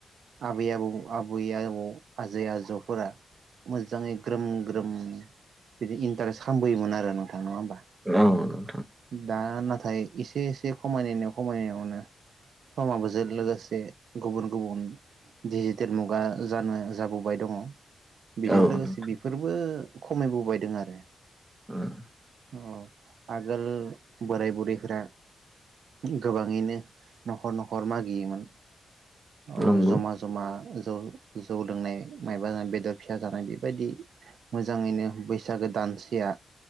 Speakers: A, on the right; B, on the right.
A: आबै आबौ आबै आबौ आजै आजौफोरा मोजाङै ग्रोम ग्रोम बिदि इन्टारेस्ट खालामबोयोमोन आरो, नोंथां नङा होमबा?
B: औ नोंथां।
A: दा नाथाय। एसे एसे खमायनाय खमायनायावनो समाबोजों लोगोसे गुबुन गुबुन डिजिटेल मुगा जानो जाबोबाय दङ। बेजों
B: औ
A: लोगोसे
B: नोंथां
A: बेफोरबो। खमायबोबायदों आरो।
B: ओम।
A: अ आगोल बोराय बुरैफोरा। गोबाङैनो न'खर न'खर मागियोमोन। औ
B: नंगौ
A: जमा जमा‌। जौ जौ लोंनाय माबा जानाय बेदर फिसा जानाय, बेबायदि मोजाङैनो बैसागो दानसेया